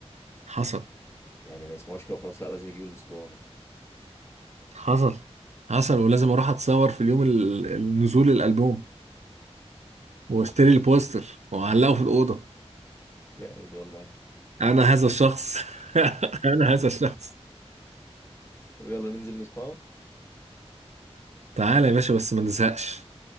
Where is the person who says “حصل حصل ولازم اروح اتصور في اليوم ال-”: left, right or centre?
Right